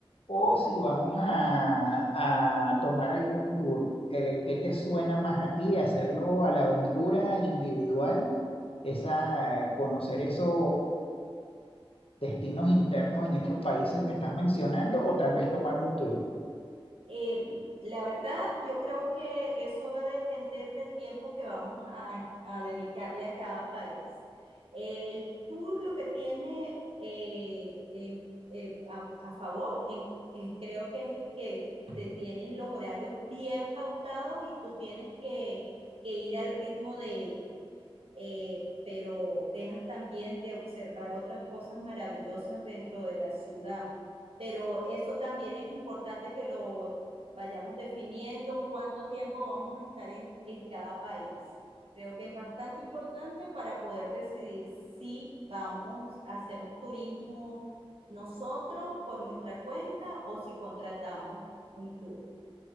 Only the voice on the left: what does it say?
o si vamos a, a tomar algún tour. ¿Qué, qué te suena más a ti hacerlo a la aventura individual? Esa, conocer esos destinos internos en estos países que estás mencionando o tal vez tomar un tour.